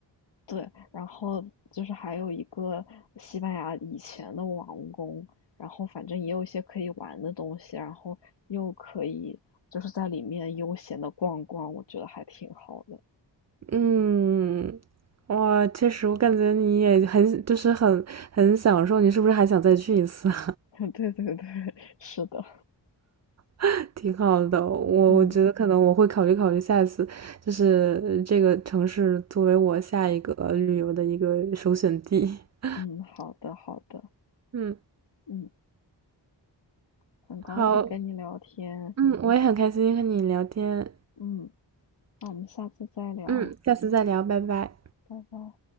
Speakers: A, on the left (about 75°); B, on the right (about 40°).
A: 对，然后就是还有一个西班牙以前的王宫，然后反正也有一些可以玩的东西，然后又可以就是在里面悠闲的逛逛，我觉得还挺好的。
B: 嗯，哇，确实，我感觉你也很，就是很很享受，你是不是还想再去一次啊？
A: <laughs> 对对对，是的，
B: <laughs> 挺好的，我我觉得可能我会考虑考虑下一次，
A: 嗯
B: 就是呃这个城市作为我下一个旅游的一个首选地。<laughs>
A: 嗯，好的好的，
B: 嗯，
A: 嗯，很高兴跟你聊天，
B: 好，嗯，我也很开心和你聊天，
A: 嗯，那我们下次再聊，
B: 嗯，下次再聊，拜拜。
A: 拜拜。